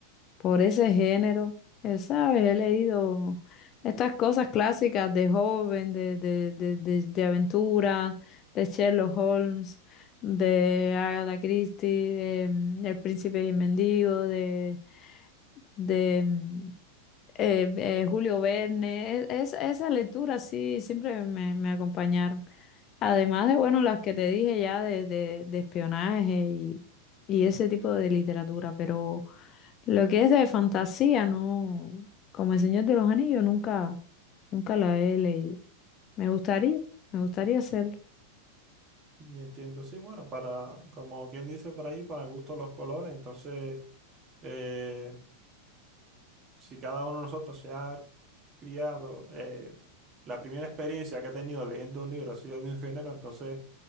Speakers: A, on the left; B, on the right.
A: por ese género. Eh, ¿sabes? He leído estas cosas clásicas de joven, de, de, de, de, de aventura, de Sherlock Holmes, de Agatha Christie, em, El Príncipe y el Mendigo, de, de em, eh, eh, Julio Verne. Es- es- esa lectura sí siempre me, me acompañaron. Además de, bueno, las que te dije ya de, de, de espionaje y, y ese tipo de literatura, pero lo que es de fantasía, no, como El Señor de los Anillos, nunca, nunca la he leído. Me gustaría, me gustaría hacerlo.
B: y entiendo, sí, bueno, para, como quien dice por ahí, para gusto los colores, entonces... eh, si cada uno de nosotros se ha criado, eh, la primera experiencia que ha tenido leyendo un libro ha sido de un género, entonces